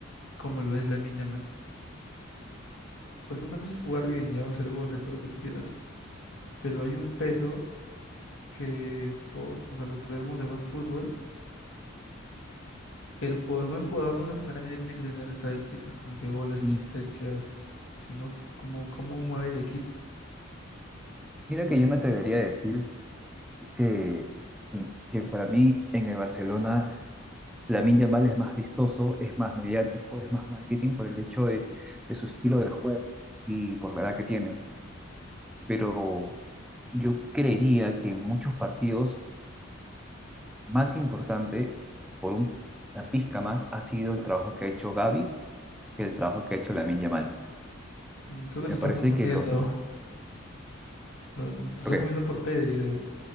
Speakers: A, on the left; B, in the centre.
A: como lo es Lamine Yamal. Porque una cosa es jugar bien, ya, hacer goles, todo lo que tú quieras. Pero hay un peso que todos, o sea, los que sabemos de buen fútbol Que el jugador, buen jugador no necesariamente tiene que tener estadísticas como que goles, asistencias,
B: Mm.
A: sino como cómo mueve el equipo.
B: Mira que
A: Eh,
B: yo me atrevería a decir que, que para mí en el Barcelona Lamine Yamal es más vistoso, es más mediático, es más marketing por el hecho de, de su estilo de juego y por la edad que tiene. Pero yo creería que en muchos partidos más importante, por un- una pizca más, ha sido el trabajo que ha hecho Gavi que el trabajo que ha hecho Lamine Yamal.
A: mm, creo que
B: Me
A: te estás
B: parece
A: confundiendo.
B: que los,
A: Lo- te
B: porque
A: estás confundiendo por Pedri, creo.